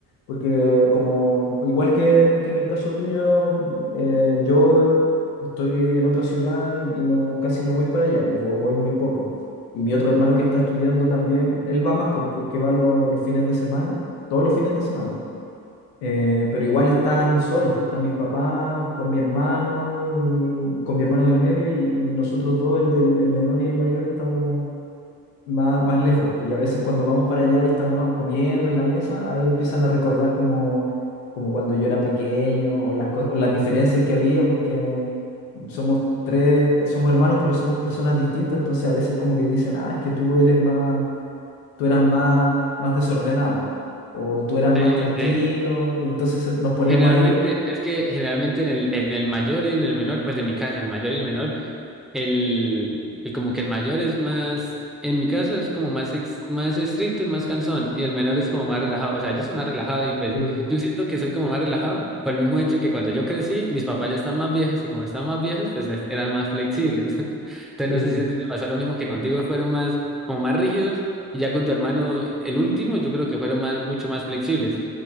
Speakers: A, on the left; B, in the centre.
A: porque como igual que, que en el caso tuyo, eh, yo estoy en otra ciudad y, y no casi no voy para allá, o voy muy poco. Y mi otro hermano que está estudiando también, él va más por- porque va lo- los fines de semana, todos los fines de semana. Eh, pero igual están solos, pues están mis papás con mi hermano y con mi hermano del medio y, y nosotros dos, el del el menor y el mayor, estamos más, más lejos, pues, y a veces cuando vamos para allá y estamos a- comiendo en la mesa, ahí empiezan a recordar como, como cuando yo era pequeño o las, co- o las diferencias que había, porque somos tres, somos hermanos, pero somos personas distintas, entonces a veces como que dicen, ah, es que tú eres más, tú eras más, más desordenado, o tú eras más
B: sí,
A: tranquilo,
B: sí.
A: y entonces se- nos ponemos
B: Generalmente,
A: ahí.
B: es que generalmente en el, en el mayor y en el menor, pues en mi caso, en el mayor y en el menor, el, el como que el mayor es más, en mi caso es como más, ex- más estricto y más cansón, y el menor es como más relajado. O sea, yo soy más relajado y pues
A: Sí, pues,
B: yo siento que soy como más relajado por el mismo hecho que cuando yo crecí, mis papás ya están más viejos y como están más viejos, pues es- eran más flexibles. <laughs> Entonces
A: sí,
B: no sé
A: pues.
B: si a ti te pasó lo mismo que contigo, fueron más, como más rígidos, y ya con tu hermano, el último, yo creo que fueron más, mucho más flexibles.